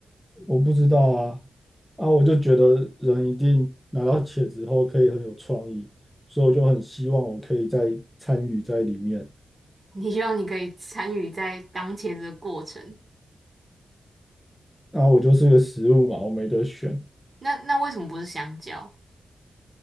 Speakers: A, in the centre; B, on the right.
A: 我不知道啊，啊，我就觉得人一定拿到茄子后可以很有创意，所以我就很希望我可以再参与在里面。
B: <laughs> 你希望你可以参与在当茄子的过程。
A: 啊，我就是个食物嘛，我没得选，
B: 那那为什么不是香蕉？